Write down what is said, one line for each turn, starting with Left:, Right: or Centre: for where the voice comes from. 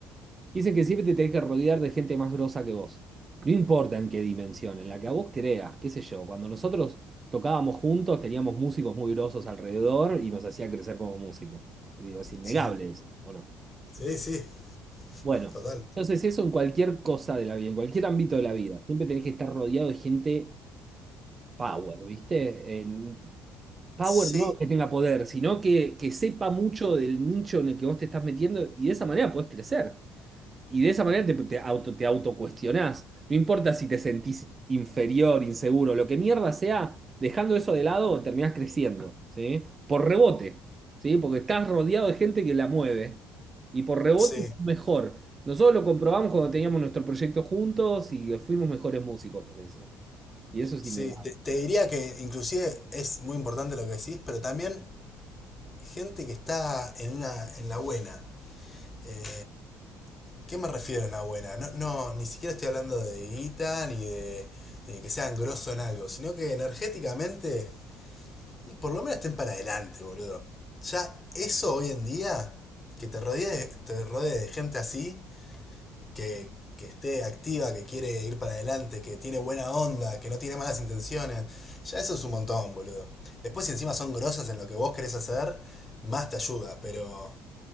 Right: Que Dicen que siempre te tenés que rodear de gente más grosa que vos. No importa en qué dimensión, en la que a vos creas, qué sé yo. Cuando nosotros tocábamos juntos, teníamos músicos muy grosos alrededor y nos hacía crecer como músicos. Digo, es innegable
Left: Sí,
Right: eso, ¿o no?
Left: sí, sí,
Right: Bueno,
Left: total.
Right: entonces eso en cualquier cosa de la vida, en cualquier ámbito de la vida. Siempre tenés que estar rodeado de gente power, ¿viste? En- power
Left: Sí,
Right: no que tenga poder, sino que, que sepa mucho del nicho en el que vos te estás metiendo y de esa manera podés crecer. Y de esa manera te, te auto, te autocuestionás. No importa si te sentís inferior, inseguro, lo que mierda sea, dejando eso de lado, terminás creciendo, ¿sí? Por rebote, ¿sí? Porque estás rodeado de gente que la mueve. Y por rebote
Left: sí,
Right: estás mejor. Nosotros lo comprobamos cuando teníamos nuestro proyecto juntos y que fuimos mejores músicos por eso. Y eso es
Left: sí.
Right: innegable.
Left: Te, te diría que inclusive es muy importante lo que decís, pero también gente que está en una, en la buena. Eh, ¿Qué me refiero a una buena? No, no ni siquiera estoy hablando de guita ni de, ni de que sean grosso en algo, sino que energéticamente, y por lo menos estén para adelante, boludo. Ya eso hoy en día, que te rodee, te rodee de gente así, que, que esté activa, que quiere ir para adelante, que tiene buena onda, que no tiene malas intenciones, ya eso es un montón, boludo. Después si encima son grosas en lo que vos querés hacer, más te ayuda, pero,